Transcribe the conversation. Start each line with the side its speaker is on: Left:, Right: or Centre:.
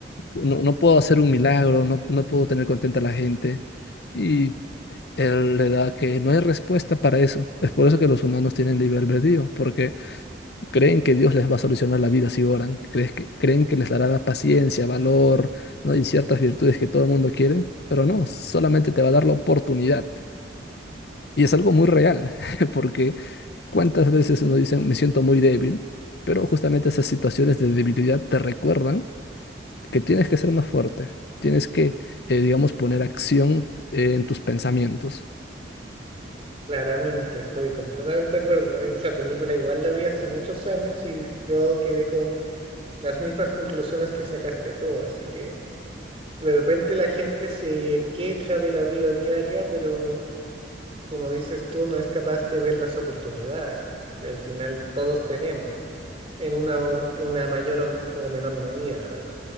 Left: no, no puedo hacer un milagro, no, no puedo tener contenta a la gente. Y él le da que no hay respuesta para eso. Es por eso que los humanos tienen libre albedrío, porque creen que Dios les va a solucionar la vida si oran, crees que, creen que les dará la paciencia, valor, ¿no? y ciertas virtudes que todo el mundo quiere, pero no, solamente te va a dar la oportunidad. Y es algo muy real, <laughs> porque cuántas veces nos dicen, me siento muy débil, pero justamente esas situaciones de debilidad te recuerdan que tienes que ser más fuerte, tienes que, eh, digamos, poner acción eh, en tus pensamientos.
Right: Claramente, estoy completamente de acuerdo. Esa película igual la vi hace muchos años y yo quedé con las mismas conclusiones que sacaste tú, así que de repente la gente se queja de la vida diaria, pero como dices tú, no es capaz de ver las oportunidades que al final todos tenemos en una, o- en una mayor o o menor medida, la verdad.